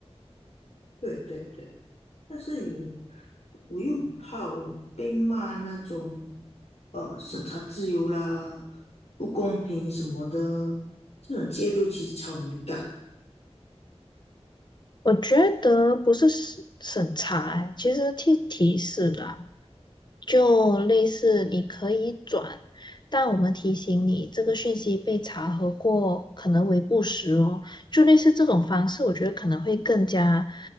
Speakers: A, on the left; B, on the left.
A: 对对对，但是有，我又很怕我被骂那种呃审查自由啦、不公平什么的，这种介入其实超敏感啊，
B: 我觉得不是审审查欸，其实提提示啦。就类似你可以转，但我们提醒你这个讯息被查核过，可能为不实哦。就类似这种方式，我觉得可能会更加